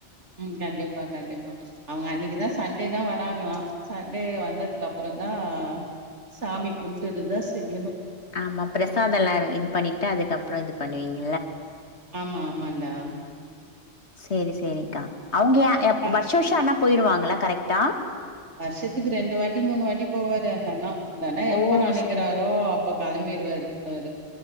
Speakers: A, on the right; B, on the left.
A: உம் கண்டிப்பா கண்டிப்பா அவங்க அன்னைக்குதா சண்டே தா வர் ராங்கலா சண்டே வந்ததுக்கு அப்புறன் தா சாமி கும்டுட்டுதா செய்யணு
B: ஆமா பிரசாதொலா எல்லாரு இது பண்ணிட்டு அதுக்கப்புறோ இது பண்ணுவீங்க
A: ஆமா ஆமாடா
B: செரி செரிக்கா அவங்க யா
A: அப்ப
B: எப் வர்ஷ வர்ஷ ஆனாப் போயிருவாங்களா கரக்ட்டா
A: வர்ஷத்துக்கு ரெண்டு வாட்டி மூணு வாட்டி போவாரு அந்தண்ணா அந்தண்ணே
B: ஓ
A: எப்ப நனைக்கிறாரோ
B: சேரி
A: அப் போ களம்பிறுவாரு அவரு